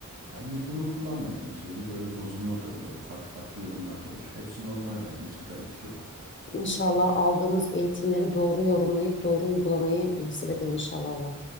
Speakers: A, on the right; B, on the left.
A: Yani biz bunu kullanmadığımız sürece böyle bozulma da olur, farklı farklı yorumlar da olur. Hepsi normal bence, hiçbir gariplik yok.
B: İnşallah aldığımız eğitimleri doğru yorumlayıp doğru uygulamayı nasip eder inşallah Allah.